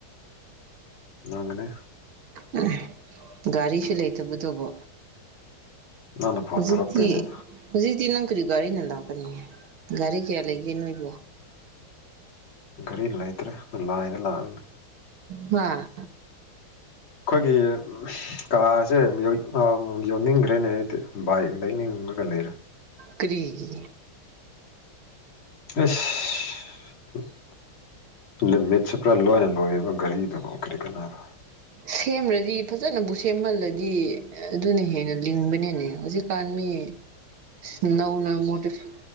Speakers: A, on the left (about 80°); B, on the right (about 75°).
A: ꯅꯪꯒꯅꯤ
B: <unintelligible> ꯒꯥꯔꯤꯁꯨ ꯂꯩꯇꯕꯗꯨꯕꯣ
A: ꯅꯪꯅ ꯐꯣꯟ
B: ꯍꯧꯖꯤꯛꯇꯤ
A: ꯇꯧꯔꯛꯇꯣꯏꯅꯤꯅ
B: ꯍꯧꯖꯤꯛꯇꯤ ꯅꯪ ꯀꯔꯤ ꯒꯥꯔꯤꯅ ꯂꯥꯛꯀꯅꯤ ꯒꯥꯔꯤ ꯀꯌꯥ ꯂꯩꯒꯦ ꯅꯣꯏꯕꯣ
A: ꯒꯥꯔꯤ ꯂꯩꯇ꯭ꯔꯦ ꯈꯣꯏ ꯂꯥꯏꯟꯗ ꯂꯥꯛꯑꯅꯤ
B: ꯍꯥꯥ
A: ꯑꯩꯈꯣꯏꯒꯤ <unintelligible> ꯀꯥꯔꯁꯦ <unintelligible> ꯌꯣꯟꯅꯤꯡꯈ꯭ꯔꯦꯅꯦ ꯑꯩꯗꯤ ꯕꯥꯏꯛ ꯂꯩꯅꯤꯡꯉꯒ ꯂꯩꯔꯦ
B: ꯀꯔꯤꯒꯤ
A: ꯑꯁ ꯂꯤꯃꯤꯠꯁꯦ ꯄꯨꯔꯥ ꯂꯣꯏꯅ ꯂꯣꯏꯔꯕ ꯒꯥꯔꯤꯗꯨꯕꯨ ꯀꯔꯤ ꯀꯥꯟꯅꯔꯥ
B: ꯁꯦꯝꯔꯗꯤ ꯐꯖꯅꯕꯨ ꯁꯦꯝꯍꯜꯂꯗꯤ ꯑꯗꯨꯅ ꯍꯦꯟꯅ ꯂꯤꯡꯕꯅꯦꯅꯦ ꯍꯧꯖꯤꯛ__ ꯀꯥꯟꯅꯤ ꯑꯁ ꯅꯧꯅ ꯃꯣꯇꯣꯔꯁꯥꯏ__